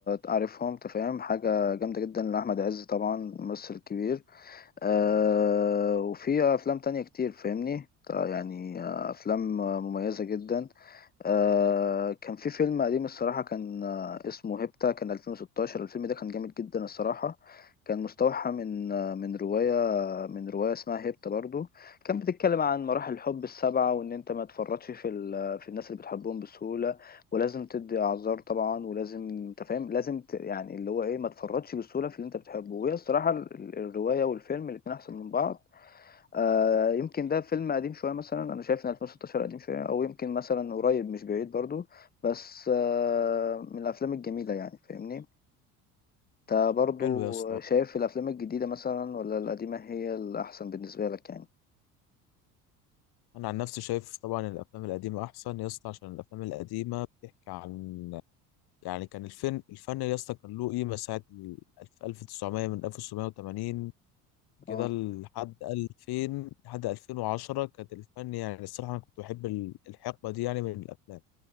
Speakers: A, on the left; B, on the left.
A: عارفهم انت فاهم حاجه جامده جدا لاحمد عز طبعا ممثل كبير آه، وفي افلام تانية كتير فاهمني يعني آه، افلام مميزه جدا آه كان في فيلم قديم الصراحة كان آه اسمه هيبتا كان 2016 الفيلم ده كان جامد جدا الصراحة كان مستوحى من آه من رواية آه، من رواية اسمها هيبتا برضو كان بتتكلم عن مراحل الحب السبعة وإن أنت ما تفرطش في ال- آه، في الناس اللي بتحبهم بسهولة ولازم تدي أعذار طبعا ولازم أنت فاهم لازم ت... يعني اللي هو إيه ما تفرطش بسهولة في اللي أنت بتحبه وهي الصراحة ال- ال- الرواية والفيلم الاتنين أحسن من بعض آه يمكن ده فيلم قديم شوية مثلا أنا شايف إن 2016 قديم شوية أو يمكن مثلا قريب مش بعيد برضو بس آه من الأفلام الجميلة يعني فاهمني أنت برضو
B: حلو يا اسطى
A: شايف الأفلام الجديدة مثلا ولا القديمة هي الأحسن بالنسبة لك يعني
B: انا عن نفسي شايف طبعا الافلام القديمه احسن يا اسطى عشان الافلام القديمه بتحكي عن يعني كان الفن الفن يا اسطى كان له قيمه ساعه ال- ألف- 1900 من 1980 كده
A: اه
B: لحد 2000 لحد 2010 كانت الفن يعني الصراحة أنا كنت بحب ال- الحقبة دي يعني من الأفلام